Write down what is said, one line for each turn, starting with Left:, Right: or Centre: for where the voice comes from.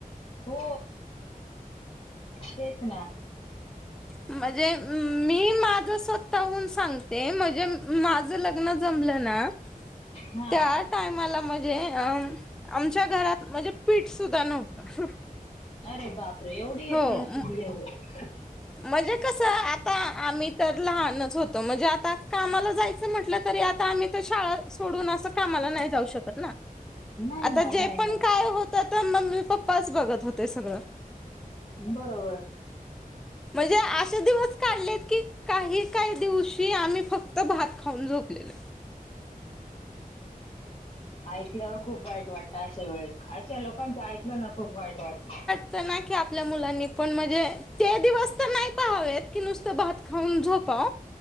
Left: हो तेच ना
Centre: म्हणजे मी माझं स्वतःहून सांगते म्हणजे माझं लग्न जमलं ना
Left: हा.
Centre: त्यात टायमाला म्हणजे अ आमच्या घरात म्हणजे पीठ सुद्धा नव्हतं.
Left: अरे बापरे! एवढी
Centre: हो
Left: परिस्थिती हे ओ.
Centre: म्हणजे कसं आता आम्ही इतर लहानच होतो म्हणजे आता कामाला जायच म्हटलं तरी आता आम्ही तर शाळा सोडून असं कामाला नाही जाऊ शकत ना.
Left: नाही
Centre: आता
Left: ना
Centre: जे
Left: नाही
Centre: पण
Left: नाही
Centre: काय होतं ते मम्मी पप्पाच बघत होते सगळं.
Left: बरोबर.
Centre: म्हणजे अशे दिवस काढलेत की काही काही दिवशी आम्ही फक्त भात खाऊन झोपलेले.
Left: ऐकल्यावर खूप वाईट वाटतं अशा वेळेस अशा लोकांचं ऐकलं ना खूप वाईट वाटतं.
Centre: च आपल्या मुलांनी पण म्हणजे ते दिवस तर नाही पहावेत की नुसतं भात खाऊन झो पाअ